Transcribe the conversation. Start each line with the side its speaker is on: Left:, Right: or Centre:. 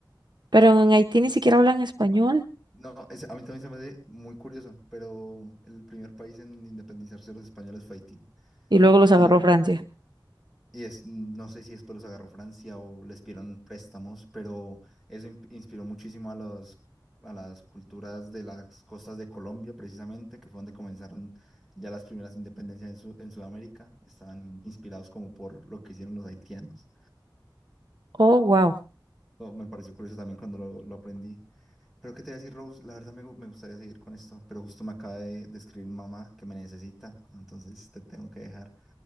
Right: Pero en Haití ni siquiera hablan español.
Centre: No, ese- a mí también se me hace muy curioso, pero el primer país en independizarse de los españoles fue Haití.
Right: Y luego los
Centre: Y,
Right: agarró Francia.
Centre: y es, no sé si después los agarró Francia o les pidieron préstamos, pero eso in- inspiró muchísimo a los, a las culturas de las costas de Colombia, precisamente, que fue donde comenzaron ya las primeras independencias en, Su- en Sudamérica. Estaban inspirados como por lo que hicieron los haitianos.
Right: Oh, wow.
Centre: Oh, me pareció curioso también cuando lo, lo aprendí. Pero qué te voy a decir, Rose, la verdad me, gu- me gustaría seguir con esto, pero justo me acaba de, de escribir mamá que me necesita, entonces te tengo que dejar.